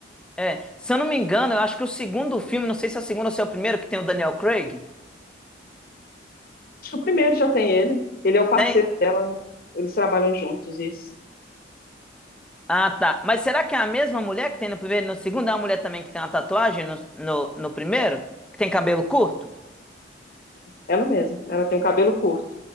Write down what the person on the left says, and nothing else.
Acho que o primeiro já tem ele. Ele é o parceiro
dela, né? Eles trabalham juntos, isso.
É, Ela mesma. Ela tem o cabelo curto.